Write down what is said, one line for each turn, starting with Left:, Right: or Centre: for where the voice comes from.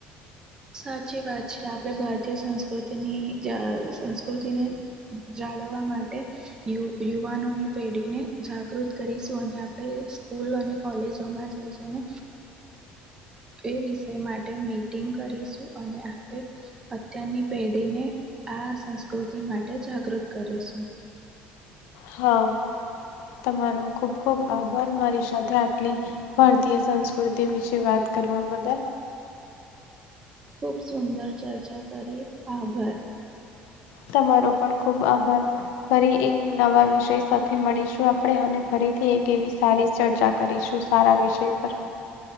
Right: સાચી વાત છે આપણે ભારતીય સંસ્કૃતિની સંસ્કૃતિને જાળવવા માટે યુવાનોની પેઢી ને જાગૃત કરીશું અને આપણે સ્કૂલ અને કોલેોમાં જ ને એ વિષય માટે મીટિંગ કરીશું અને આપણે અત્યારની પેઢીને આ સંસ્કૃતિ માટે જાગૃત કરીશું
Left: હા તમારો ખુબ ખુબ આભાર મારી સાથે આટલી ભારતીય સંસ્કૃતિ વિશે વાત કરવા બદલ
Right: ખૂબ સુંદર ચર્ચા કરી આભાર
Left: તમારો પણ ખુબ આભાર ફરી એક નવા વિષય સાથે મળીશું આપણે અને ફરીથી એક એવી સારી ચર્ચા કરીશું સારા વિષય પર